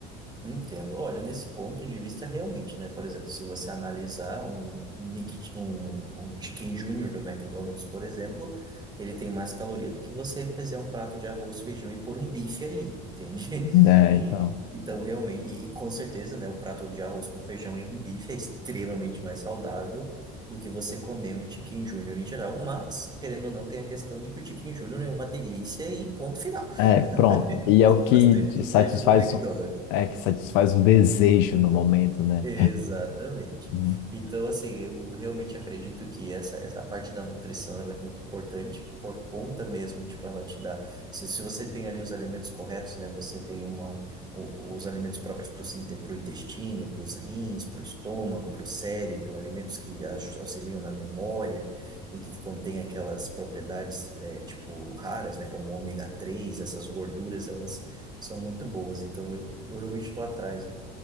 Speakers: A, on the right; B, on the left.
A: Entendo. Olha, nesse ponto de vista, realmente, né? Por exemplo, se você analisar um, Mc- um, um Chicken Junior do McDonald's, por exemplo, ele tem mais caloria do que você fazer um prato de arroz, feijão e pôr um bife ali, entende? <laughs>
B: Né?
A: E,
B: Então,
A: então, realmente, e com certeza, né? O prato de arroz com feijão e um bife é extremamente mais saudável do que você comer um Chicken Junior em geral, mas, querendo ou não, tem a questão de que o Chicken Junior é uma delícia e ponto final.
B: é, pronto.
A: <laughs> Eu
B: E
A: gosto
B: é o que
A: bastante
B: te
A: dos
B: satisfaz,
A: lanches do McDonald's.
B: o- é que satisfaz o desejo no momento, né?
A: Exatamente.
B: Uhum.
A: Então, assim, eu realmente acredito que essa, essa parte da nutrição ela é muito importante por conta mesmo, tipo, ela te dá. Se, se você tem ali os alimentos corretos, né? Você tem uma, o- os alimentos próprios para o intestino, para os rins, para o estômago, para o cérebro, alimentos que aj- auxiliam na memória e que contém aquelas propriedades, é, tipo, raras, né? Como ômega 3 essas gorduras, elas são muito boas. Então, eu, eu realmente estou atrás